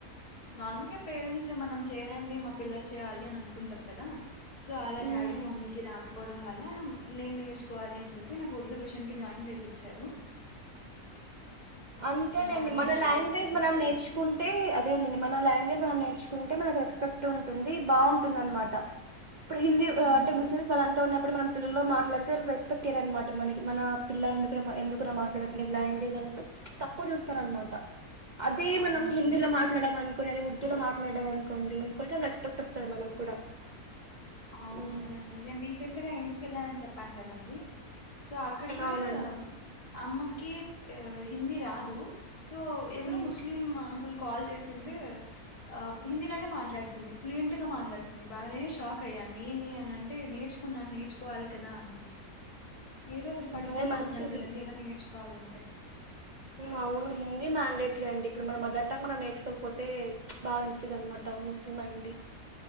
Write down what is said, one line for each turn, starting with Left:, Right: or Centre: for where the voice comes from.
Left: నార్మల్గా పేరెంట్స్ మనం చేయలేనిది మన పిల్లలు చేయాలి అని అనుకుంటారు కదా సో అలా
Right: ఉమ్
Left: డాడీ మమ్మీకి రాకపోవడం వల్ల నేను నేర్చుకోవాలి అని చెప్పి చెప్పి నాకు ఉర్దూ ట్యూషన్ కి జాయిన్ చేపించారు
Right: అంతేలేండి
Left: అవన్నీ
Right: మన
Left: చదువుతానండి
Right: లాంగ్వేజ్ మనం నేర్చుకుంటే అదేనండి మన లాంగ్వేజ్ మనం నేర్ నుకుంటే మనకి రెస్పెక్ట్ ఉంటుంది బాగుంటుంది అనమాట ఇప్పుడు హిందీ
Left: ఉమ్
Right: అంటే ముస్లిమ్స్ వాళ్ళు ఉప్పుడునం పిలులలో మాట్లాడితే వాళ్ళకి రెపెట్యర అనమాట మన మన పిల్లని కూడా ఎందుకు మాట్లాడ లాంగ్వేజ్ అన్నటు తక్కువ చూస్తారనమాట అదే
Left: అవునండి
Right: మనం హిందీలో మాట్లాడము అనుకోని అదే ఉర్దూ లో మాట్లాడము అనుకో కొండి కొంచెం రెస్పెక్ట్ వస్తది మనకు కూడా
Left: అవును
Right: మ్మ్
Left: అవునండి నేను రీసెంట్ గా ఇంటికెళ్ళానని చెప్పాను కదండి సో అక్కడ కూడా
Right: అవునండి
Left: అమ్మకి హిందీ రాదు సో ఎవరు
Right: మ్మ్
Left: ముస్లిం అంకుల్ కాల్ చేసింటే ఆ హిందీలోనే మాట్లాడుతుంది ఫ్లుయెంట్ గా మాట్లాడుతుంది బాగానేనే షాక్ అయ్యాను ఏమి అని అంటే నేర్చుకున్నాను నేర్చుకోవాలి కదా అనింది ఏదో ఒకటి పట్టుదలా
Right: అదే మంచిది
Left: ఉండాలి కదండి ఏదైనా నేర్చుకో కావాలంటే
Right: అవును హిందీ మ్యాండేటరీ అండి ఇప్పుడు మన మదర్ టంగ్లో మనం నేర్చుకోకపోతే బాగానిచ్చిది అన్నమాట ముస్లిం అయి ఉండి